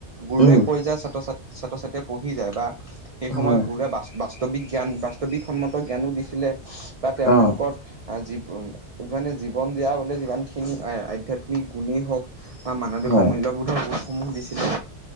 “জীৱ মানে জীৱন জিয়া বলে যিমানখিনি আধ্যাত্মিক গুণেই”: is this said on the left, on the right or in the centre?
Right